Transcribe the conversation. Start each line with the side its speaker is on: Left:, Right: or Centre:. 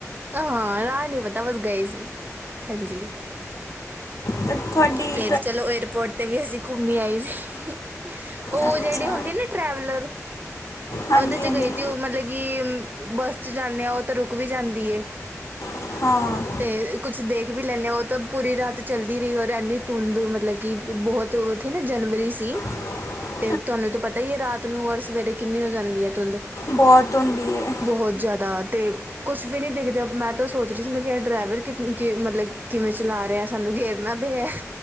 Right: ਹਾਂ ਰਾਹ ਨੀ ਪਤਾ ਬਸ ਗਏ ਸੀ ਹਂਜੀ
Left: ਤਾਂ ਤੁਹਾਡੀ
Right: ਫੇਰ ਚਲੋ ਏਅਰਪੋਰਟ ਤੇ ਵੀ ਅਸੀਂ ਘੁੰਮੇ ਆਈ ਸੀ ਉਹ
Left: ਅੱਛਾ
Right: ਜੇੜੀ ਹੋਂਦੀ ਹੈ ਨਾ ਟਰੈਵਲਰ
Left: ਹਾਂਜੀ
Right: ਉਹਦੇ ਚ
Left: ਹਾਂਜੀ
Right: ਗਈ ਤੀ ਉ ਮਤਲਬ ਕਿ ਬੱਸ ਚ ਜਾਂਨੇ ਆ ਉਹ ਤੇ ਰੁਕ ਵੀ ਜਾਂਦੀ ਏ
Left: ਹਾਂ
Right: ਤੇ ਕੁੱਛ ਦੇਖ ਵੀ ਲੈਂਣੇ ਆ ਉਹ ਤਾਂ ਪੂਰੀ ਰਾਤ ਚੱਲਦੀ ਰਹੀ ਔਰ ਏਨੀ ਧੁੰਦ ਮਤਲਬ ਕਿ ਕਿ ਬੋਹਤ ੳੱਥੇ ਨਾ ਜਨਵਰੀ ਸੀ
Left: <inaudible>
Right: ਤੇ ਤੁਹਾਨੂੰ ਤਾਂ ਪਤਾ ਹੀ ਏ ਰਾਤ ਨੂੰ ਔਰ ਸਵੇਰੇ ਕਿੰਨੀ ਹੋ ਜਾਂਦੀ ਹੈ ਧੁੰਦ
Left: ਬੋਤ ਹੁੰਦੀ ਏ
Right: ਬਹੁਤ ਜਿਆਦਾ ਤੇ ਕੁੱਛ ਵੀ ਨੀ ਦਿਖਦੇ ਮੈਂ ਤਾਂ ਸੋਚ ਰਹੀ ਸੀ ਮੈਂ ਖਾ ਡਰੇਵਰ ਕਿ ਕਿ ਮਤਲਬ ਕਿਵੇਂ ਚਲਾ ਰਿਹਾ ਸਾਨੂੰ ਗੇਰ ਨਾ ਦੇ ਏਹ